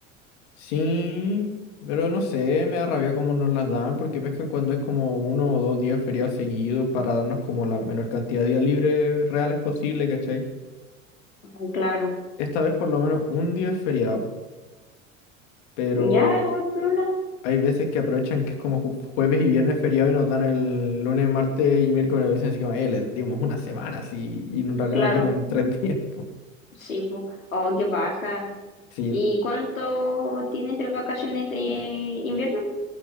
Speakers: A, on the left; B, on the left.
A: sí, pero no sé, me da rabia cómo nos las dan porque pescan cuando es como uno o dos días feriados seguidos para darnos como la menor cantidad de días libres reales posible, ¿cachai?
B: Ah, Claro.
A: Esta vez por lo menos un día es feriado, pero
B: Ya, igual, Piola.
A: Hay veces que aprovechan que es como ju- jueves y viernes feriado y nos dan el lunes, martes y miércoles. y Nos dicen así como, eh, les dimos una semana así. Y en realidad
B: Claro.
A: nos dieron <laughs> tres días. po.
B: Sí, po. Oh, qué baja.
A: Sí,
B: ¿Y cuánto tienes de vacaciones de invierno?